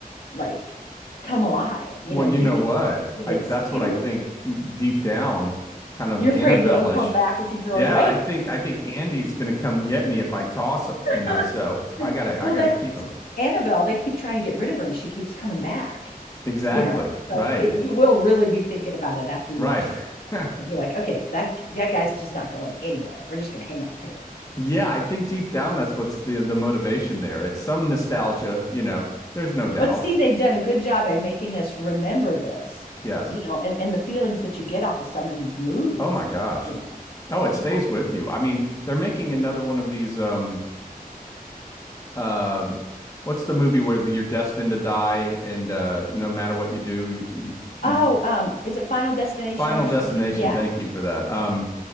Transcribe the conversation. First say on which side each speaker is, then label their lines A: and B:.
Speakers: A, on the left (about 80°); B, on the left (about 20°).
A: like come alive, you
B: Well,
A: know,
B: you
A: give
B: know
A: it
B: what?
A: give it
B: I
A: its
B: that's
A: fuel.
B: what I think e, deep down, kind of
A: You're
B: Annabelle-ish.
A: afraid it'll come back if you throw
B: Yeah,
A: it away.
B: I think I think Andy's gonna come get me if I toss him,
A: <laughs>
B: you know, so I gotta
A: Well,
B: I gotta
A: that's
B: keep him.
A: Annabelle. They keep trying to get rid of her and she keeps coming back,
B: Exactly.
A: you know.
B: Right.
A: So it, you will really be thinking about it after you
B: Right.
A: watch it.
B: <laughs>
A: He'll be like, okay, that that guy's just not going anywhere. We're just going to hang on to him.
B: Yeah, I think deep down that's what's the the motivation there. It's some nostalgia, you know. There's no doubt.
A: But see, they've done a good job by making us remember this,
B: Yes.
A: you know, and, and the feelings that you get off of some of these movies
B: Oh my
A: are
B: gosh.
A: just, you know,
B: Oh, it
A: yikes.
B: stays with you. I mean, they're making another one of these um Um, what's the movie where the, you're destined to die, and uh, no matter what you do, you, you,
A: Oh,
B: you-
A: um, is it Final Destination
B: Final
A: or
B: Destination.
A: something? Yeah,
B: Thank you for that. Um,